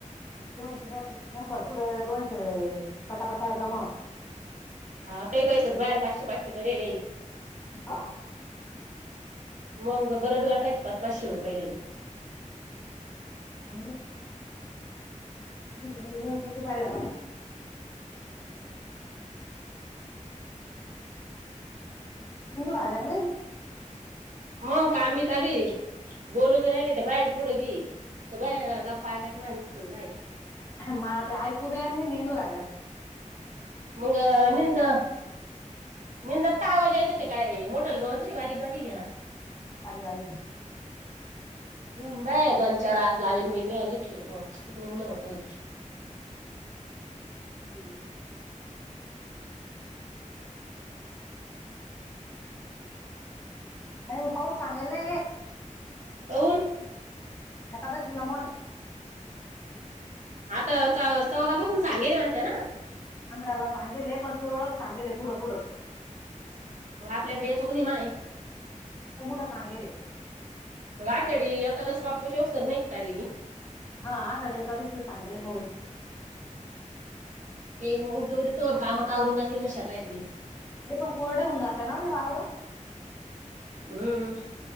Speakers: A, on the left (about 20°); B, on the right (about 75°).
A: डोश सासाठी शंभर पुुढं डोस पटापटा जमत
B: हा काही कहीसात बायान पाचशे पाचशे करेल
A: ह
B: मग बरच गाटायच पाच पाचशे रुपयला
A: नाही माती दोन दोनशच पाहिला मंगू राहिला क नाही.
B: मंग काम बी चालू बोलू ब राहिले बाहे पुढे बी बा गप्पाय काय माय नुसतं ना काई
A: मला ते ऐकू बी आणि निंदू राहिला
B: मंग निंद निंदाच का आवाज यायचा ते काय, मोटल गावत नाही बारीक बारीक घ ना
A: हारी वाारी का
B: हम बाय दोन चार आज, लावीन ब मी आणि खेको पिकन न होत.
A: हम्म. ह का मग पाऊस सांगयला.
B: अऊन.
A: दाश म
B: आता च चौदा पासून सांगेली म्हणत ना?
A: बंध्राला सांगेले पण, तुरळक सांगेले गुडं गुडं
B: मग आपल्याकडे येतो कणी माय
A: मुडा सांगेले
B: मग आ खेडी एखादस बाप्पाची, अवसर नाही काय लगी
A: हा आाड कधी सांगेले पाूच.
B: प मग जो तरवर कामात आवरून जातील ना शतातेतले.
A: अ पण कोरडेऊन जाते ना ते वावर
B: हम्